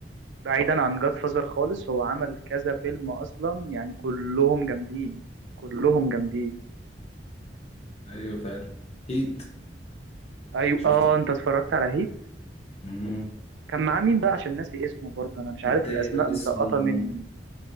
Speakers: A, on the right (about 85°); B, on the left (about 35°).
A: بعيدا عن جاد فازر خالص هو عمل كذا فيلم اصلا يعني كلهم جامدين كلهم جامدين
B: أيوة فعلا هيت
A: ايوه
B: شفته
A: اه انت اتفرجت على هيت
B: مم.
A: كان معاه مين بقى عشان ناسي اسمه برضه انا مش عارف
B: التاني
A: الاسماء
B: بقى
A: مسقطه
B: اسمه
A: مني